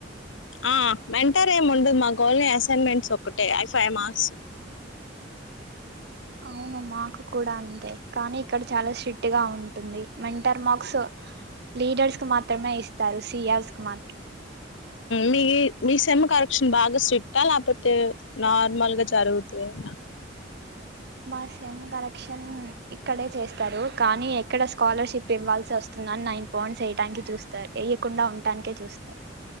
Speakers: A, on the left; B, on the right.
A: ఆ మెంటార్ ఏం ఉండదు మాకు ఓన్లీ అసైన్మెంట్స్ ఒకటే అవి ఫైవ్ మార్క్స్
B: అవును మాకు కూడా అంతే కానీ ఇక్కడ చాలా స్ట్రిక్ట్ గా ఉంటుంది మెంటార్ మార్క్స్ లీడర్స్ కి మాత్రమే ఇస్తారు సియార్స్ కి మాత్రం
A: మీ మీ సెమ్ కరక్షన్ బాగా స్ట్రిక్ట్ ఆ లేకపోతే నార్మల్ గా జరుగుతదా ఆ
B: మా సెమ్ కలెక్షన్ ఇక్కడే చేస్తారు కానీ ఎక్కడ స్కాలర్షిప్ ఇవ్వాల్సి వస్తుంది అని నైన్ పాయింట్స్ వేయడానికి చూస్తారు వేయ్యకుండా ఉంటానికే చూస్తారు